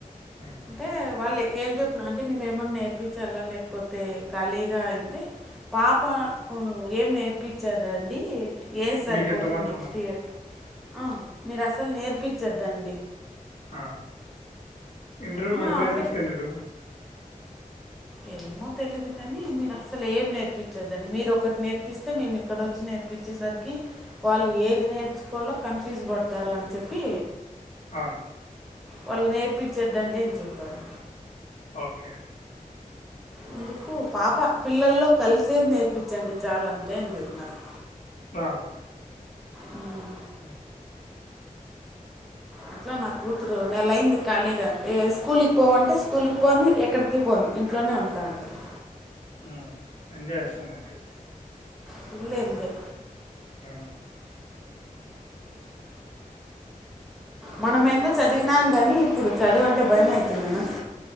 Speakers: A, on the left; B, in the centre.
A: ఉహు.
B: అంటే వాళ్ళే ఏం చెప్తున్ను అంటే మేము ఏమన్నా నేర్పించాలా లేకపోతే ఖాళీగా అంటే పాప ఉ ఏం నేర్పించదండి ఏజ్ సరిపోతుంది
A: మీకు ఎంత మాత్రం
B: నెక్స్ట్ ఇయర్కి అ మీరు అసల్ నేర్పించద్దండి
A: అ ఇంటర్వ్యూ
B: ఆ,
A: మరి పేరెంట్స్కి
B: అంటే
A: ఎందుకు
B: ఏమో తెలీదు కాని మీర అసలు ఏం నేర్పించదండి మీరు ఒకటి నేర్పిస్తే మేము ఇక్కడ ఓచ్చి నేర్పించేసరికి వాళ్ళు ఏద్ ది నేర్చుకోలో కన్ఫ్యూజ్ పడతారు అని చెప్పి
A: అవును
B: వాళ్ళు నేర్పించద్దండి అని చెప్పారు
A: ఓకే
B: అందుకు పాప పిల్లల్లో కలిసేద్ నేర్పిచండి చాల్ అంతే అని చెప్పినారు
A: అవున
B: ఉ
A: అ
B: అట్లా నా కూతురు నెల అయింది కలిగ ఎ స్కూల్కి పోవంటే స్కూల్కి పోను ఎక్కడికి పోను ఇంట్లోనే ఉంటా అంటుంది
A: ఆ ఎంజాయ్ చేస్తుంది ఐతే
B: ఫుల్ ఎంజాయ్
A: ఉమ్ హు
B: మనమెందో చదివినాం గానీ ఇప్పుడు చదువంటే భయమైతుంది అన్న